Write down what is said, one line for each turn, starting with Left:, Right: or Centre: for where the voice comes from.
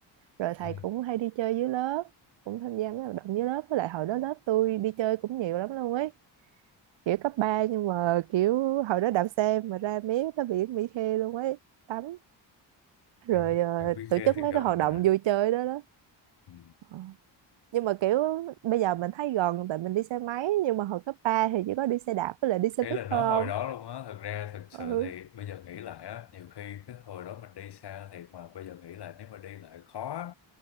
Right: rồi thầy
Left: ừ.
Right: cũng hay đi chơi dưới lớp cũng tham gia mấy hoạt động dưới lớp với lại hồi đó lớp tôi đi chơi cũng nhiều lắm luôn ấy kiểu cấp 3 nhưng mà kiểu hồi đó đạp xe mà ra mé tới biển Mỹ Khê luôn ấy tắm
Left: bạn,
Right: rồi ờ,
Left: bạn Quý
Right: tổ
Left: Khê
Right: chức
Left: thì
Right: mấy
Left: gần
Right: cái hoạt
Left: mà
Right: động vui chơi đó đó
Left: ừ.
Right: Ờ. nhưng mà kiểu bây giờ mình thấy gần tại mình đi xe máy nhưng mà hồi cấp 3 thì chỉ có đi xe đạp với lại đi xe
Left: ý
Right: buýt
Left: là nói
Right: thôi
Left: hồi
Right: không
Left: đó luôn á thực ra thực sự
Right: ừ
Left: thì bây giờ nghĩ lại á nhiều khi cái hồi đó mình đi xa thiệt mà bây giờ nghĩ lại nếu mà đi lại khó á